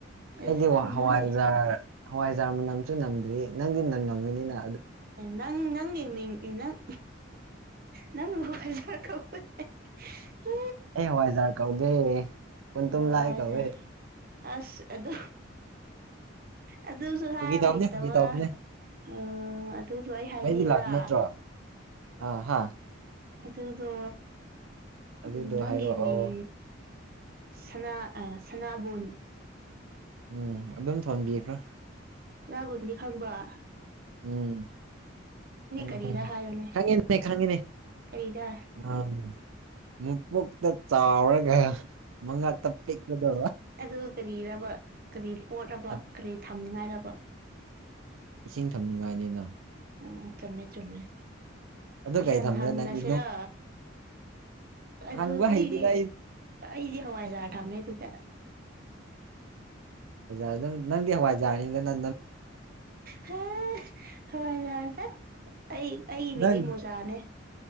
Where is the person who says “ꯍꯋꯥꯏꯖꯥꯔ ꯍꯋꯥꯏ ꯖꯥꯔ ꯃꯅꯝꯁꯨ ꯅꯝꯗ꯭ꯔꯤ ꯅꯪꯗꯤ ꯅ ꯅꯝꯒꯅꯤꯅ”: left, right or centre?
Right